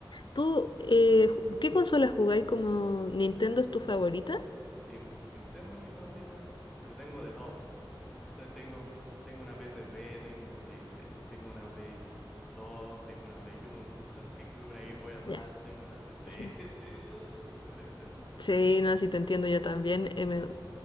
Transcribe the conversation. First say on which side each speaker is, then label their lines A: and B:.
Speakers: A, on the left (about 65°); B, in the centre.
A: tú, eh, ju- ¿qué consola jugáis como Nintendo es tu favorita?
B: Ah, Sí, mira, Nintendo es mi favorita, pero tengo de todo. Entonces tengo, tengo una PSP, tengo Play- eh, tengo una Play 2, tengo una Play 1, <laughs> tengo una Game Boy Advance,
A: Ya,
B: tengo una 3DS,
A: sí.
B: <laughs> uh, etcétera, etcétera.
A: Sí,
B: <laughs>
A: no, si te entiendo yo también. eh, me-